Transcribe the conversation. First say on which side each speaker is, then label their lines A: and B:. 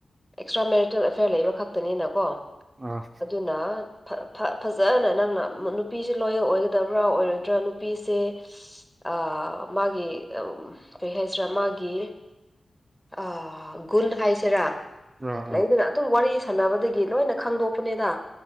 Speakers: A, in the centre; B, on the right.
A: ꯑꯦꯛꯁꯇ꯭ꯔꯥ ꯃꯦꯔꯤꯇꯦꯜ ꯑꯦꯐꯤꯌꯥꯔ ꯂꯩꯕ ꯈꯛꯇꯅꯤꯅ ꯀꯣ
B: ꯑꯥ
A: ꯑꯗꯨꯅ ꯐ ꯐꯖꯅ ꯅꯪꯅ ꯅꯨꯄꯤꯁꯦ ꯂꯣꯌꯦꯜ ꯑꯣꯏꯒꯗꯕ꯭ꯔꯥ ꯑꯣꯏꯔꯣꯏꯗ꯭ꯔꯥ ꯅꯨꯄꯤꯁꯦ ꯑ ꯃꯥꯒꯤ ꯀꯩ ꯍꯥꯏꯁꯤꯔꯥ ꯃꯥꯒꯤ ꯑ ꯒꯨꯟ ꯍꯥꯏꯥꯏꯁꯤꯔꯥ
B: ꯑꯥ
A: ꯂꯩꯗꯅ
B: ꯑꯥ
A: ꯑꯗꯨꯝ ꯋꯥꯔꯤ ꯁꯥꯟꯅꯕꯗꯒꯤ ꯂꯣꯏꯅ ꯈꯪꯗꯣꯛꯄꯅꯦꯗ